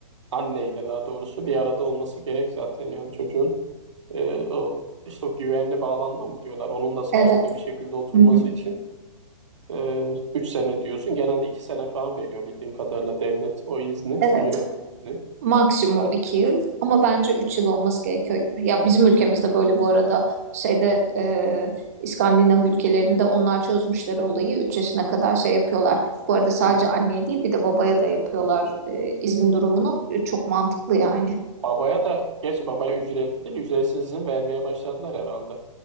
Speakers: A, on the right; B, on the right.
A: anneyle daha doğrusu bir arada olması gerek zaten yani çocuğun. e, o, işte o güvenli bağlanma mı diyorlar. Onun da sağlıklı
B: Evet.
A: bir şekilde oturması
B: Hı hı.
A: için e, 3 sene diyorsun. Genelde 2 sene falan veriyor bildiğim kadarıyla devlet o izni,
B: Evet.
A: ücretli izni.
B: Maksimum
A: Özel-
B: iki yıl ama bence üç yıl olması gerekiyor gibi. Ya bizim ülkemizde
A: Hmm,
B: böyle bu arada şeyde e, İskandinav ülkelerinde onlar çözmüşler olayı. Üç yaşına kadar şey yapıyorlar. Bu arada sadece
A: hı hı.
B: anneye değil bir de babaya da yapıyorlar e, izin durumunu. E, çok mantıklı yani.
A: Babaya da, geç babaya ücretli değil, ücretsiz izin vermeye başladılar herhalde.